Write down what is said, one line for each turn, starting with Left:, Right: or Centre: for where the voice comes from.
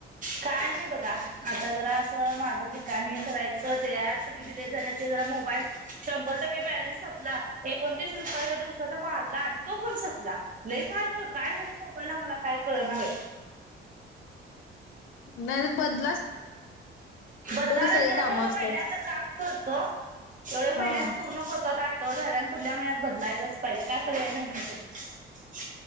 Right: काय नाही बघा आता जरा असं माझं बी काम एक करायचं ते ऍप सगळी डिलिट झालं ते जरा मोबाईल शंभर टक्के बॅलन्स संपला एकोणतीस रुपयाचा दिवसाचा मारला आणि तो पण संपला लय फास्ट काय झाले मोबाईलला मला काय कळना बाई!
Left: नाही तर बदहा
Right: बदलालाही
Left: सगळी
Right: आज
Left: कामं
Right: एवढ
Left: असतात.
Right: महिन्याच काम करतो एवढ
Left: हा
Right: महिन्याच पूर्ण करतो आता आठवडा राहिलाय आणि पुुढल्या महिन्यात, बदलायलाच पाहिजे काय पर्याय नाही नाही तर